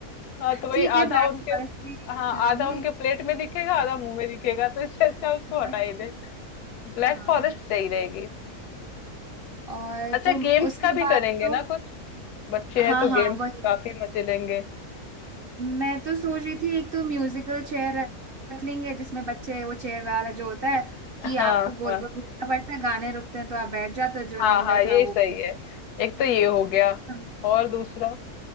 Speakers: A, on the left (about 85°); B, on the right (about 55°).
A: हाँ तो वही
B: ठीक है
A: आधा
B: ब्लैक
A: उनके
B: फॉरेस्ट ही
A: हाँ
B: करेंगे
A: आधा उनके प्लेट में दिखेगा आधा मुंह में दिखेगा तो इससे अच्छा उसको हटा
B: वही
A: ही दे ब्लैक
B: हाँ
A: फॉरेस्ट सही रहेगी
B: और
A: अच्छा
B: जो
A: गेम्स
B: उसके
A: का भी
B: बाद
A: करेंगे
B: तो
A: ना कुछ बच्चे
B: हाँ
A: हैं तो
B: हाँ
A: गेम्स
B: वही
A: काफी मजे लेंगे
B: मैं तो सोच रही थी एक तो म्यूजिकल चेयर रख लेंगे जिसमें बच्चे वो चेयर वाला जो होता है कि
A: हाँ
B: आपको गोल
A: हाँ
B: गोल घूमना पड़ता है गाने रुकते हैं तो आप बैठ जाते हो जो
A: हाँ
B: नहीं
A: हाँ
B: बैठा
A: ये
B: वो
A: सही है एक तो ये हो गया
B: हाँ।
A: और दूसरा